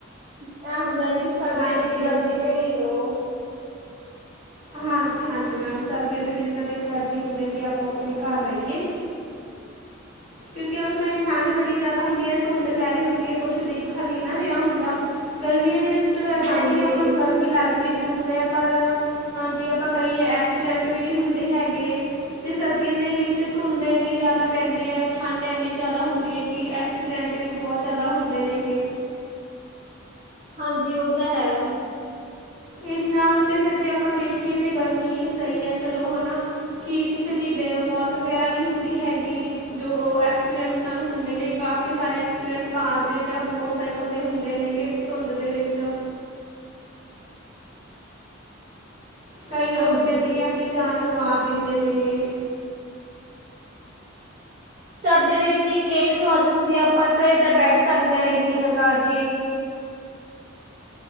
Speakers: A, on the right (about 40°); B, on the right (about 25°).
A: ਇਹ ਹੁੰਦਾ ਵੀ ਸਰਦੀਆਂ
B: ਹਾਂਜੀ
A: ਦੇ ਵਿੱਚ ਆਪਦੇ ਘਰੀ ਰਉ।
B: ਹਾਂਜੀ ਹਾਂਜੀ ਮੈਮ ਸਰਦੀਆਂ ਦੇ ਵਿੱਚ ਤਾਂ ਦੇਖੋ ਇੱਦਾਂ ਹੀ ਹੁੰਦਾ ਕਿ ਆਪੋ ਆਪਣੇ ਘਰ ਰਹੀਏ। ਕਿਉਂਕਿ ਉਸ ਟਾਈਮ ਠੰਢ ਬੜੀ ਜ਼ਿਆਦਾ ਹੁੰਦੀ ਹੈ ਧੁੰਦ ਪੈ ਰਹੀ ਹੁੰਦੀ ਹੈ ਕੁਛ ਦੇਖਣ ਨਹੀ ਨਾ ਰਿਹਾ ਹੁੰਦਾ ਗਰਮੀਆਂ ਦੇ ਵਿੱਚ। ਚਲੋ ਇੱਦਾਂ
A: ਹਾਂਜੀ।
B: ਹੈ ਕਿ ਆਪਾਂ ਨੂੰ ਗਰਮੀ ਲੱਗਦੀ ਜ਼ਰੂਰ ਹੈ ਪਰ ਹਾਂ ਜੇ ਆਪਾਂ ਕਹੀਏ ਐਕਸੀਡੈਂਟ ਵੀ ਨਹੀਂ ਹੁੰਦੇ ਹੈਗੇ ਅਤੇ ਸਰਦੀਆਂ ਦੇ ਵਿੱਚ ਧੁੰਦ ਇੰਨੀ ਜ਼ਿਆਦਾ ਪੈਂਦੀ ਹੈ। ਠੰਡ ਐੰਨੀ ਜ਼ਿਆਦਾ ਹੁੰਦੀ ਹੈ ਕਿ ਐਕਸੀਡੈਂਟ ਵੀ ਬਹੁਤ ਜ਼ਿਆਦਾ ਹੁੰਦੇ ਨੇ ਗੇ।
A: ਹਾਂਜੀ ਉਹ ਤਾਂ ਹੈ।
B: ਇਸ ਨਾਲੋਂ ਤੇ ਫਿਰ ਜੇ ਆਪਾਂ ਵੇਖੀਏ ਤੇ ਗਰਮੀ ਹੀ ਸਹੀ ਹੈ ਚਲੋ ਹਨਾ। ਕੀ ਕਿਸੇ ਦੀ ਮੌਤ ਵਗੈਰਾ ਨਹੀਂ ਹੁੰਦੀ ਹੈਗੀ ਜੋ ਐਕਸੀਡੈਂਟ ਨਾਲ ਹੁੰਦੇ ਨੇ। ਕਾਫੀ ਸਾਰੇ ਐਕਸੀਡੈਂਟ ਕਾਰ ਦੇ ਜਾਂ ਮੋਟਰਸਾਈਕਲ ਦੇ ਹੁੰਦੇ ਨੇਗੇ ਧੁੰਦ ਦੇ ਵਿੱਚ। ਕਈ ਲੋਕ
A: ਹਾਂਜੀ।
B: ਨੇ ਜਿਹੜੀ ਆਪਣੀ ਜਾਨ ਗਵਾ ਦਿੰਦੇ ਨੇ ਗੇ।
A: ਸਰਦੀਆਂ ਦੇ ਵਿੱਚ ਇੱਕ ਇਹ ਵੀ ਮੌਜ ਹੁੰਦੀ ਹੈ ਆਪਾਂ ਘਰੇ ਤਾਂ ਬੈਠ ਸਕਦੇ ਹਾਂ ਏ ਸੀ ਲਗਾ ਕੇ।